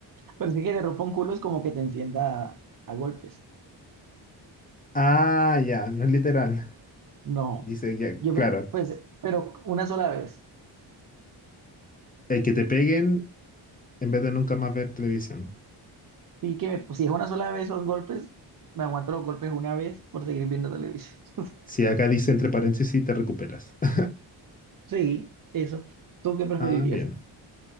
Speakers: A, on the right; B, on the left.
A: Parece que te rompa un culo es como que te encienda a, a golpes.
B: Ah, ya, no es literal.
A: No,
B: Dice, ya,
A: yo,
B: claro,
A: pre- pues, pero una sola vez.
B: eh, que te peguen en vez de nunca más ver televisión.
A: Sí, que me- si es una sola vez los golpes, me aguanto los golpes una vez por seguir viendo televisión. <laughs>
B: Si acá dice entre paréntesis, te recuperas. <laughs>
A: Sí, eso. ¿Tú qué preferirías?
B: Ah, bien.